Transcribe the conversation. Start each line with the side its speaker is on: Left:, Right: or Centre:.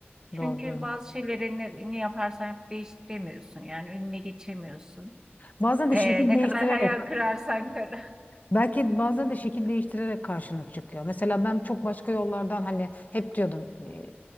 Right: Çünkü
Left: Doğru, doğru.
Right: bazı şeyleri ne, ne yaparsan yap değiştiremiyorsun. Yani önüne geçemiyorsun.
Left: Bazen de
Right: Ee,
Left: şekil
Right: ne
Left: değiştirerek
Right: kadar hayal kırarsan kır.
Left: Belki bazen de şekil değiştirerek karşına çıkıyor. Mesela ben çok başka yollardan hani hep diyordum e,